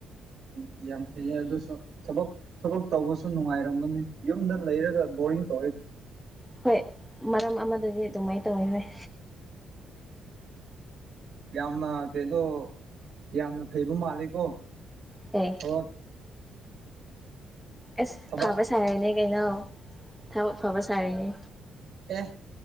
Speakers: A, on the right; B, in the centre.
A: ꯎꯝ ꯌꯥꯝ ꯐꯩꯌꯦ ꯑꯗꯨꯁꯨ ꯊꯕꯛ ꯊꯕꯛ ꯇꯧꯕꯁꯨ ꯅꯨꯡꯉꯥꯏꯔꯝꯕꯅꯤ ꯌꯨꯝꯗ ꯂꯩꯔꯒ ꯕꯣꯔꯤꯡ ꯇꯧꯑꯏ
B: ꯍꯣꯏ ꯃꯔꯝ ꯑꯃꯗꯗꯤ ꯑꯗꯨꯃꯥꯏꯅ ꯇꯧꯋꯤ ꯍꯣꯏ
A: ꯌꯥꯝꯅ ꯀꯩꯅꯣ ꯌꯥꯝꯅ ꯐꯩꯕ ꯃꯥꯂꯦꯀꯣ
B: ꯇ
A: ꯑ
B: ꯑꯁ
A: ꯊꯕꯛ
B: ꯐꯕ ꯁꯥꯔꯅꯤ ꯀꯩꯅꯣ ꯊꯕꯛ ꯐꯕ ꯁꯥꯔꯤꯅꯦ
A: ꯑꯦ